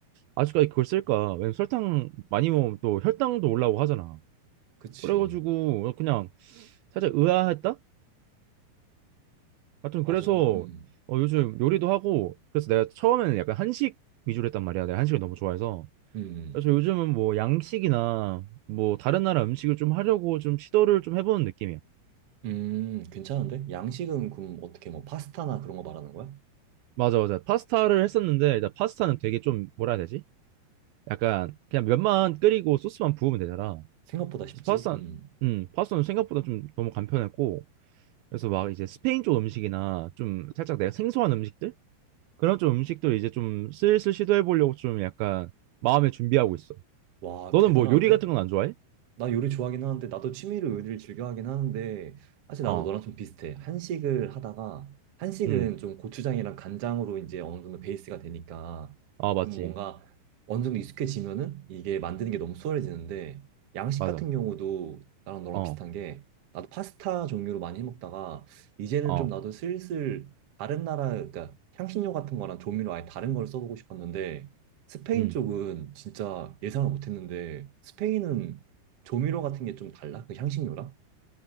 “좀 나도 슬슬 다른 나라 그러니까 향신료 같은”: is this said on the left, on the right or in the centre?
Right